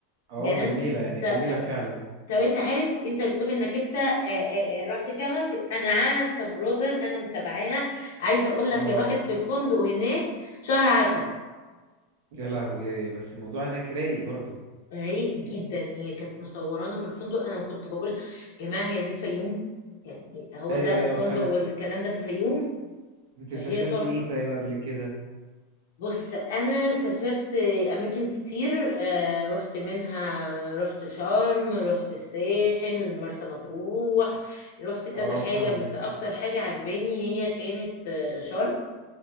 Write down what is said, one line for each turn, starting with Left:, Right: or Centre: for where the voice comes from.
Right: اه
Left: يعني
Right: جميلة
Left: أنت
Right: يعني جميلة فعلا
Left: طب انت عارف انت بتقول انك انت آه، آه، آه، رحت فيها مصيف انا عارفه بلوجر انا متابعاها عايزه اقول
Right: اه
Left: لك هي راحت في فندق هناك شهر عسل
Right: يا لهوي بس الموضوع هناك رايق برضو
Left: رايق جدا هي كانت مصورانا من الفندق انا كنت بقول يا جماعه هي دي فيوم يعني هو
Right: ايوه
Left: ده
Right: ايوه
Left: الفندق
Right: فاهمك
Left: والكلام ده في الفيوم
Right: انت
Left: فهي
Right: سافرتي
Left: تحفه
Right: ايه طيب قبل كده
Left: بص انا سافرت اماكن كتير آه، رحت منها رحت شرم رحت الساحل مرسى مطروح رحت كذا
Right: اه
Left: حاجة
Right: فاهمك
Left: بس اكتر حاجة عجباني هي كانت آه، شرم